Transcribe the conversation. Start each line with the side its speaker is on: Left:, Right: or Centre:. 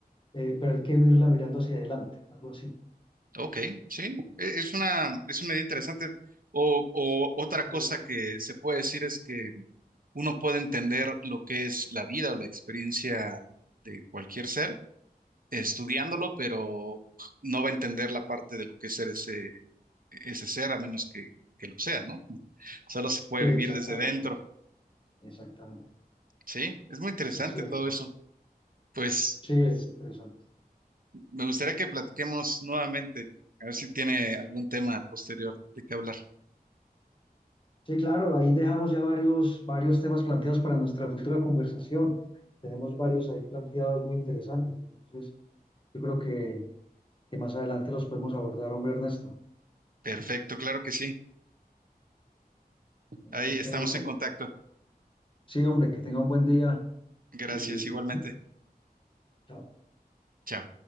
Left: eh, pero hay que vivirla mirando hacia adelante, algo así.
Right: Ok, sí, e- es una, es una idea interesante. O, o
Left: Es
Right: otra
Left: de-
Right: cosa que se puede decir es que uno puede entender lo que es la vida o la experiencia de cualquier ser estudiándolo, pero no va a entender la parte de lo que es ser ese, ese ser a menos que, que lo sea, ¿no? Solo se puede
Left: sí, exactamente,
Right: vivir desde dentro,
Left: exactamente.
Right: ¿sí? Es muy interesante
Left: Eso es cierto.
Right: todo eso. Pues
Left: Sí, es interesante.
Right: me gustaría que platiquemos nuevamente, a ver si tiene algún tema posterior de qué hablar.
Left: Sí, claro, ahí dejamos ya varios, varios temas planteados para nuestra futura conversación. Tenemos varios ahí planteados muy interesantes, entonces yo creo que, que más adelante los podemos abordar, hombre Ernesto.
Right: Perfecto, claro que sí.
Left: Sí.
Right: Ahí
Left: Entonces,
Right: estamos en contacto.
Left: sí, hombre, que tenga un buen día
Right: Gracias,
Left: y
Right: igualmente.
Left: chao.
Right: Chao.